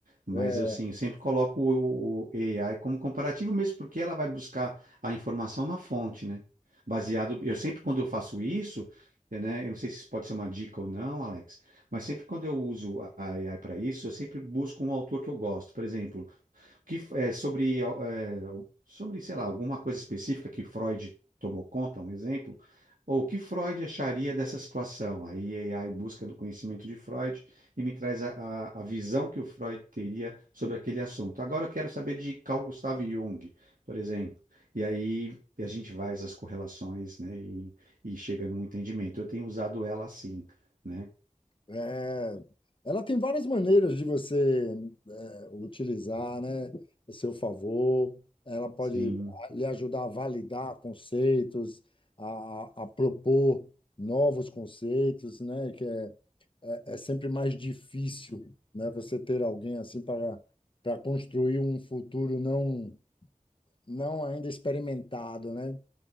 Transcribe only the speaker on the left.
É,
é. é. Ela tem várias maneiras de você né, utilizar, né, a seu favor. Ela pode
lhe ajudar a validar conceitos, a, a a propor novos conceitos, né, que é é, é sempre mais difícil, né, você ter alguém assim para para construir um futuro não não ainda experimentado, né?